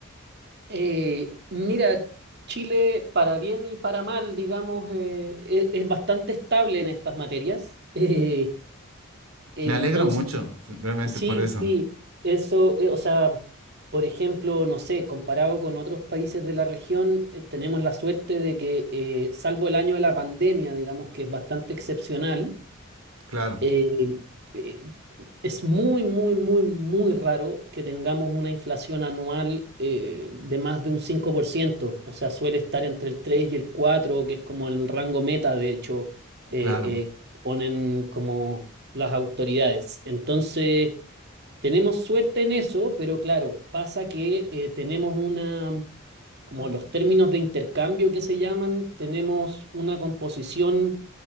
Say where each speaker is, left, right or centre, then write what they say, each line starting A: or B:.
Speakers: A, on the right; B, on the right.
A: Eh, mira, Chile, para bien y para mal, digamos, eh, e- es, bastante estable en estas materias. <laughs> Eh,
B: Me
A: entonces,
B: alegro mucho, s- realmente
A: sí,
B: por eso.
A: sí, eso, eh, o sea, por ejemplo, no sé, comparado con otros países de la región, eh, tenemos la suerte de que, eh, salvo el año de la pandemia, digamos, que es bastante excepcional,
B: Claro,
A: eh, eh, es muy, muy, muy, muy raro que tengamos una inflación anual eh, de más de un cinco por ciento O sea, suele estar entre el 3 y el cuatro que es como el rango meta, de hecho, eh,
B: claro.
A: eh, ponen como las autoridades. Entonces, tenemos suerte en eso, pero claro, pasa que eh, tenemos una como los términos de intercambio que se llaman, tenemos una composición